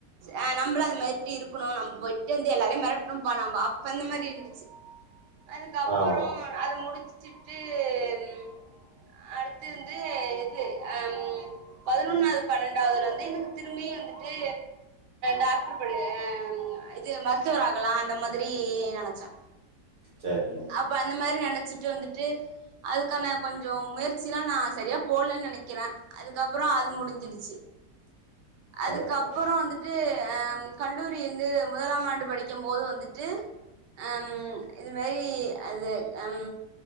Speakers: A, on the right; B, on the right.
A: அ நம்மளு அந்த மாதிரி இருக்கணு நம்ம போயிட்டு வந்து எல்லாரையு மிரட்டணும்ப்பா நம்ம அப்ப அந்த மாரி இருந்துச் சி அதுக்கப்பறோ
B: ஆமா
A: அத முடிச்சுட்டு ம் ஆ அடுத்து வந்து இது அ பதினொன்னாவது பன்னெண்டாவதுல இருந்து எனக்கு திரும்பி வந்துட்டு டாக்டர் படிக்னு எ ஆ இது மருத்துவர் ஆகலா அந்த மாதிரி நெனைச்சே
B: சேரி <unintelligible>
A: அப்ப அந்த மாதிரி நெனைச்சிட்டு வந்துட்டு அதுக்கான கொஞ்சோ முயற்சி எல்லா நா சரியா போடலன்னு நெனைக்கிறே அதுக்கப்பறோ அது முடிஞ்சிருச் சி அதுக்கப்பறோ
B: அதா அதா
A: வந்துட்டு அ கல்லூரி வந்து முதலாம் ஆண்டு படிக்குபோது வந்துட்டு அம் இது மாதிரி அது அம்